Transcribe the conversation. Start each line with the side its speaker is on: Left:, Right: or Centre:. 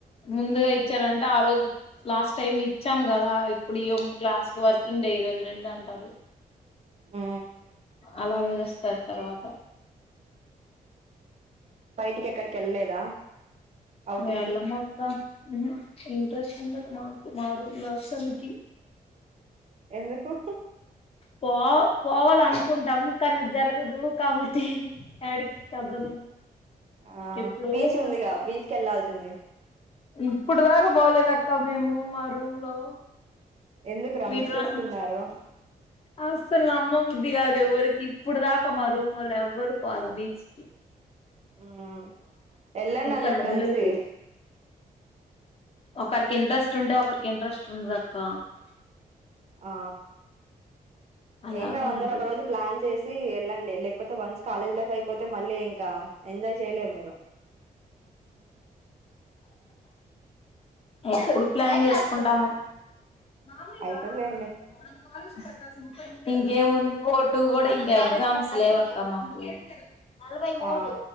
Left: ముందుగా ఇచ్చారంటే ఆ రోజు లాస్ట్ టైమ్ ఇచ్చాం కదా. ఇప్పుడు ఇం క్లాస్ క వర్కింగ్ డే ఈ రోజు రెండు అంటారు.
Right: ఆ
Left: అలా పిలుస్తారు తర్వాత
Right: బయటికి ఎక్కడికి వెళ్ళలేదా ఔటింగ్
Left: ఎళ్ళము
Right: కి
Left: అక్క ఉహు ఇంట్రెస్ట్ అన్నది మాకు మారూంలో అసల్ కి
Right: ఎందుకు
Left: పో పోవాల అనుకుంటాం కానీ జరగదు కాబట్టి ఆ డికి కదలం
Right: ఆ
Left: ఎప్పుడో
Right: బీచ్
Left: ఒకసారి
Right: ఉందిగా బీచ్ కి వెళ్లాల్సింది
Left: ఇప్పుడు దాకా పోలేదు అక్క అకా మేము మా రూమ్ లో
Right: ఎందుకురా
Left: మీరా
Right: మిస్ చేసుకున్నారు
Left: అసలు నమ్మ బుద్ధి కాదు ఎవరికి ఇప్పుడు దాకా మా రూము వాలు ఎవ్వరు పోల బీచ్ కి
Right: ఉమ్ వెళ్ళండి
Left: ఇక్కడ
Right: అందరు కలిసి
Left: వినలేదు ఒకరికి ఇంట్రెస్ట్ ఉంటే ఒకరికి ఇంట్రెస్ట్ ఉండద అక్క
Right: ఆ
Left: అలాగా
Right: ఏం కాదు అందరు
Left: ఉంటది
Right: ఒక రోజు ప్లాన్ చేసి వెళ్ళండి లేకపోతే వన్స్ కాలేజ్ లైఫ్ అయిపోతే మళ్ళీ ఇంకా ఎంజాయ్ చేయలేరు మీరు
Left: ఎప్పుడు ప్లాన్ చేసుకుంటాము మామూలుగా
Right: అయితదిలేండి
Left: మన కాలేజ్ పకాస్ ముప్పై ఎనిమిది ఇంకేముంది పో అటు కూడా ఇంక ఎగ్జామ్స్ లేవక్క మాకు నలభై మూడు
Right: ఆ